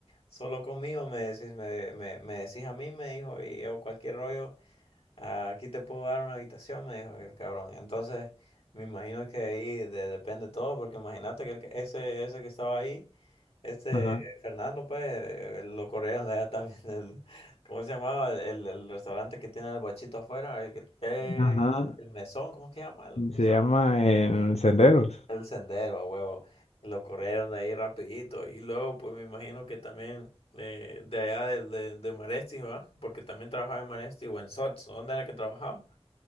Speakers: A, on the left (about 65°); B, on the left (about 75°).
A: solo conmigo, me decís, me, me, me decís a mí, me dijo, y yo cualquier rollo, "Ah, Aquí te puedo dar una habitación, me dijo el cabrón. Entonces, me imagino que ahí de- depende todo, porque imagínate que el que- ese, ese que estaba ahí, este
B: Ajá,
A: Fernando, pues, eh, lo corrieron de allá <laughs> también. del- ¿cómo se llamaba? El, el el restaurante que tiene el bachito afuera, el que eh,
B: ajá.
A: el mesón, ¿cómo es que se llama? El
B: Se
A: restaurante,
B: llama en Senderos.
A: el sendero, a huevo. Lo corrieron de ahí rapidito. Y luego, pues, me imagino que también eh, de allá de, de, de Maresti, ¿va? Porque también trabajaba en Maresti o en Sots, ¿dónde era que trabajaba?